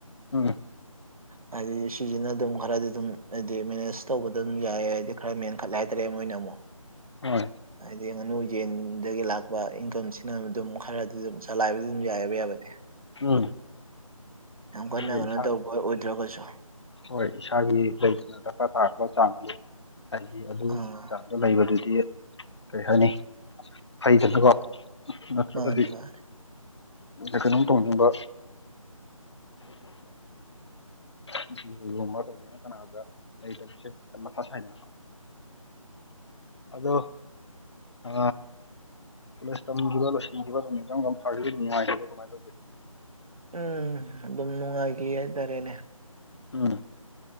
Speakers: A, on the left; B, on the right.
A: ꯎꯝ
B: ꯍꯥꯏꯗꯤ ꯁꯤꯁꯤꯅ ꯑꯗꯨꯝ ꯈꯔꯗꯤ ꯑꯗꯨꯝ ꯍꯥꯏꯗꯤ ꯃꯦꯅꯦꯖ ꯇꯧꯕꯗ ꯑꯗꯨꯝ ꯌꯥꯏꯑ ꯍꯥꯏꯗꯤ ꯈꯔ ꯃꯦꯟꯈꯠꯂꯦ ꯍꯥꯏꯗ꯭ꯔꯦ ꯃꯣꯏꯅ ꯑꯃꯨꯛ
A: ꯍꯣꯏ
B: ꯍꯥꯏꯗꯤ ꯉꯥꯅꯨ ꯌꯦꯟꯗꯒꯤ ꯂꯥꯛꯄ ꯏꯟꯀꯝꯁꯤꯅ ꯑꯗꯨꯝ ꯈꯔꯗꯤ ꯑꯗꯨꯝ ꯆꯂꯥꯏꯕꯗꯤ ꯑꯗꯨꯝ ꯌꯥꯏꯑꯕ ꯌꯥꯕꯗꯤ
A: ꯎꯝ
B: ꯌꯥꯝ ꯀꯟꯅ
A: ꯍꯥꯏꯗꯤ
B: ꯀꯟꯅꯣ
A: ꯏꯁꯥ
B: ꯇꯧꯕ ꯍꯣꯏ ꯑꯣꯏꯗ꯭ꯔꯒꯁꯨ
A: ꯍꯣꯏ ꯏꯁꯥꯒꯤ ꯂꯩꯗꯅ ꯗꯔꯀꯥꯔ ꯇꯥꯔꯕ ꯆꯥꯡꯁ ꯍꯥꯏꯗꯤ ꯑꯗꯨꯒꯤ
B: ꯑꯥ
A: ꯆꯥꯡ ꯑ ꯂꯩꯕꯗꯨꯗꯤ ꯀꯔꯤ ꯍꯥꯏꯅꯤ ꯐꯩꯗꯗꯀꯣ ꯔꯇ꯭ꯔꯄꯗꯤ
B: ꯃꯥꯅꯦ ꯃꯥꯅꯦ
A: ꯑ ꯀꯩꯅꯣꯝ ꯇꯧꯅꯤꯡꯕ <unintelligible> ꯇꯧꯅꯤꯅ ꯀꯅꯥꯗ ꯂꯩ <unintelligible> ꯃꯊꯥ <unintelligible> ꯑꯗ ꯑ ꯀꯦ ꯇ ꯀꯈꯤꯕ ꯂꯣꯁꯤꯤꯡ ꯀꯈꯤꯕ ꯇꯃꯤ ꯐꯥꯔ ꯅꯉ ꯀꯃꯥꯏ ꯇ
B: ꯎꯝ ꯑꯗꯨꯝ ꯅꯨꯡꯉꯥꯏꯈꯤ ꯍꯥꯏꯇꯥꯔꯦꯅꯦ
A: ꯎꯝ